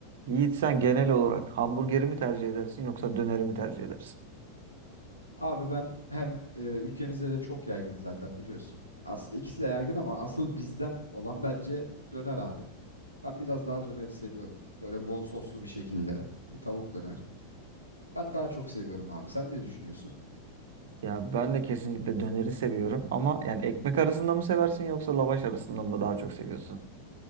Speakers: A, on the right; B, on the left.
A: Yiğit sen genel olarak hamburgeri mi tercih edersin yoksa döneri mi tercih edersin?
B: Abi ben hem e, ülkemizde de çok yaygın zaten biliyorsun. Aslında ikisi de yaygın ama asıl bizden olan bence döner abi. Ben biraz daha döneri seviyorum. Böyle bol soslu bir şekilde bir tavuk döner. Ben daha çok seviyorum abi. Sen ne düşünüyorsun?
A: Ya ben de kesinlikle döneri seviyorum ama yani ekmek arasında mı seversin yoksa lavaş arasında mı daha çok seviyorsun?